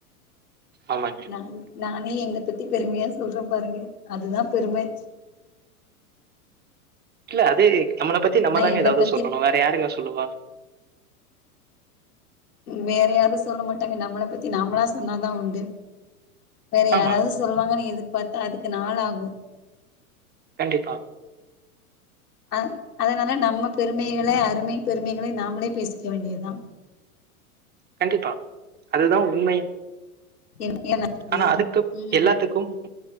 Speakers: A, on the right; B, on the left.
A: ஆமாங்க
B: நான் நானே என்ன பத்தி பெருமையா சொல்றே பாருங்க அதுதா பெரும
A: கில்ல அது நம்மள பத்தி நம்ம
B: நா
A: தாங்கே
B: என்ன
A: எதாவது
B: பத்தி
A: சொல்லணு வேற யாருங்க சொல்லுவா
B: வேற யாரு சொல்ல மாட்டாங்க நம்மள பத்தி நாமளா சொன்னாதா உண்டு வேற யாராவ்து
A: ஆமா
B: சொல்வாங்கன்னு எதிர்பார்த்தா அதுக்கு நாள் ஆகு
A: கண்டிப்பா
B: அ அதனால நம்ம பெருமைகள அருமை பெருமைகளை நாமளே பேசிக்க வேண்டியதா
A: கண்டிப்பா அதுதா உண்மையும்
B: என் என்னது
A: ஆனா அதுக்கு
B: ம்
A: எல்லாத்துக்கும்